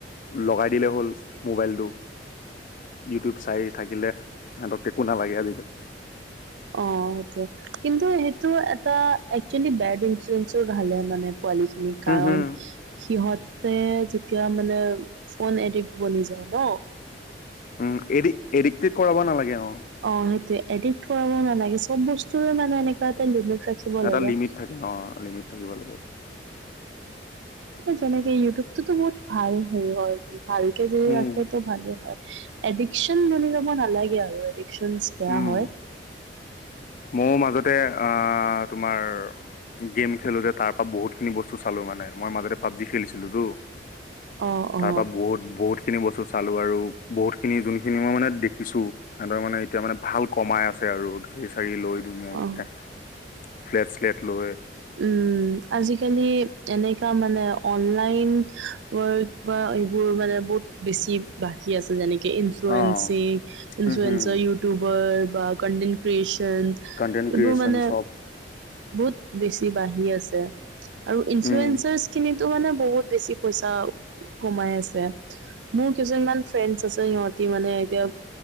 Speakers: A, on the left; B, on the right.
A: লগাই দিলে হ'ল, মোবাইলটো ইউটিউব, চাই থাকিলে, সিহতক একো, নালাগে আজিকালি।
B: অ, সেইটোৱে, কিন্তু সেইটো, এটা একেল বেড ইনফ্লুৱেঞ্জা ভাবে মানে। পোৱালি খিনি
A: হম
B: কাৰণ,
A: হম
B: সিহত তে, যেতিয়া মানে, ফোন এডিক্ট বনি যায় ন।
A: উম, এড, এডিক্ট কৰাব নালাগে। অ।
B: অ, সেইটোয়ে। এডিক্ট কৰা নালাগে, চব বস্তুৰে মানে, এনেকুৱা এটা লিমিট ৰাখিব
A: এটা
B: লাগে
A: লিমিট থাকে, অ, লিমিট থাকিব লাগে।
B: যেনেকে ইউটিউবটোতো বহুত ভাল হেৰি হয়। ভালকে যদি
A: উম
B: ৰাখে তো ভালে হয়। এডিকশ্যন বনি যাব নালাগে আৰু এডিক সন্স বেয়া
A: উম
B: হয়।
A: ময়ো মাজতে আ তোমাৰ গেম খেলোতে তাৰ পৰা বহুতখিনি বস্তু চালো মানে, মই মাজতে পাবজি খেলিছিলোতো।
B: অ অ
A: তাৰ পা বহুত বহুত খিনি বস্তু চালো আৰু বহুত খিনি যোনখিনি মই মানে দেখিছো সিহঁতৰ মানে এতিয়া মানে ভাল কমাই আছে আৰু গাড়ী চাৰি লৈ ধুনীয়া
B: অ
A: কিতা ফ্লেট-শ্লেট লৈ
B: উম, আজিকালি এনেকা মানে অনলাইন ৱৰ্ক বা এইবোৰ মানে বহুত বেছি বাঢ়ি আছে, যেনেকে ইনফ্লুৱেঞ্চিং,
A: অ
B: ইনফ্লুয়েঞ্চাৰ,
A: হম হম
B: ইউটিউবাৰ। বা কণ্টেণ্ট ক্ৰিয়েচ চন
A: কন্টেন্ট ক্ৰিয়েচন
B: এইবোৰ মানে
A: চব
B: বহুত বেছি বাঢ়ি আছে। আৰু ইনচুয়েঞ্চাৰচ
A: উম
B: খিনি টো মানে বহুত বেছি পইচা কমাই আছে, মোৰ কেইজনমান ফ্ৰেণ্ডচ আছে সিহঁতি মানে এতিয়া